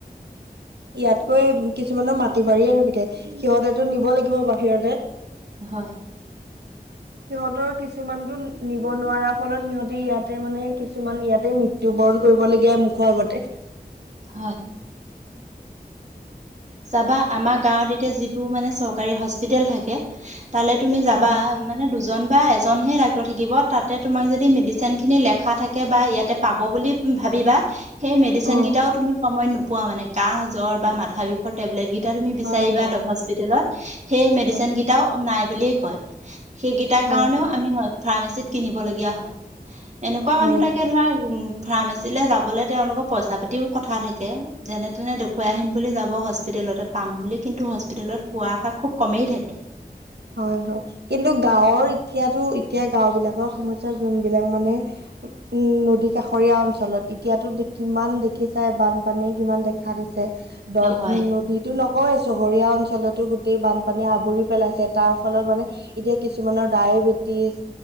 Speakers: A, on the right; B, on the right.
A: ইয়াতকৈ কিছুমানৰ মাটি বাৰীয়ে নাথাকে সিহঁতেতো নিব লাগিব বাহিৰলে।
B: হয়।
A: <inaudible> সিহঁতৰ কিছুমানতো নিব নোৱাৰাৰ ফলত সিহঁতে ইয়াতে মানে কিছুমান ইয়াতে মৃত্যুবৰণ কৰিবলগীয়া মুখৰ আগতে।
B: হয়। চাবা আমাৰ গাঁৱত এতিয়া যিবোৰ মানে চৰকাৰী হস্পিতেল থাকে তালে তুমি যাবা
A: অ
B: মানে দুজন বা এজন ডাক্তৰ থাকিব তাতে তোমাক যদি মেডিচিন খিনি লেখা থাকে বা ইয়াতে পাব বুলি ভাবিবা সেই মেডিচিন
A: অ
B: কেইটাও তুমি সময়ত নোপোৱা মানে কাহ জ্বৰ বা মাথা বিষৰ টেবলেট গেই এতিয়া তুমি বিচাৰিবা
A: হয়
B: হস্পিটেলত সেই
A: হয়
B: মেডিচিন কেইটাও নাই বুলিয়ে কয়। সেইকেইটাৰ
A: হয়
B: কাৰণেও আমি ফাৰ্মাচীত কিনিব লগীয়া হয়। এনেকুৱা
A: হয়
B: মানুহ
A: হয়
B: থাকে ধৰা ফাৰ্মাচীলৈ যাবলৈ তেওঁলোকৰ পইচা পাতিও কথা থাকে যেনে তেনে দেখুৱাই আহিম যাব হস্পিটেলত পাম বুলি কিন্তু হস্পিটেলত পোৱা আশা খুব কমেই থাকে
A: হয় হয় কিন্তু গাঁওৰ এতিয়াতো এতিয়া গাওঁ বিলাকৰ সমস্যা যোনবিলাক মানে উম নদী কাষৰীয়া অঞ্চলত এতিয়াতো কিমান দেখিছাই বানপানীয়ে কিমান দেখা দিছে দল
B: হয়
A: নদীতো নকওৱে চহৰীয়া অঞ্চলতো গোটেই বানপানীয়ে আৱৰি পেলাইছে তাৰ ফলত মানে এতিয়া কিছুমানৰ ডায়েবেটিছ